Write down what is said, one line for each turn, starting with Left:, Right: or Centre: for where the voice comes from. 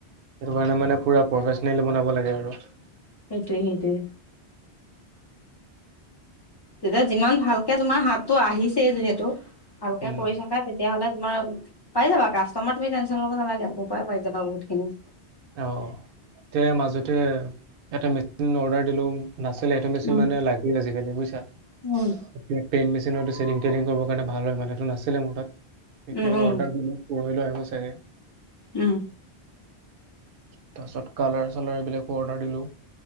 Right: সেইটো কাৰণে মানে পুৰা প্ৰফেচনেল বনাব লাগে আৰু
Left: সেইটোৱ, সেইটোৱে। তেতিয়া যিমান ভালকে তোমাৰ হাতটো আহিছেই যিহেতু ভালকে
Right: উম
Left: কৰি থকা তেতিয়া হ'লে তোমাৰ পাই যাবা কাষ্টমাৰ তুমি টেনচন ল'ব নালাগে মোৰ পৰাই পাই যাবা বহুতখিনি
Right: অ তে মাজতে এটা মেচিন অৰ্ডাৰ দিলো। নাছিলে এইটো মেচিন
Left: উম
Right: মানে লাগজালি বুইচা
Left: উম
Right: <unintelligible> কৰিবৰ কাৰণে ভাল হয় মানে এইটো নাছিলে মোৰ তাত
Left: উম
Right: অৰ্ডাৰটো <unintelligible> আহিব চাগে
Left: উম।
Right: তাৰ পিছত কালাৰ চালাৰ এইবিলাকো অৰ্ডাৰ দিলো।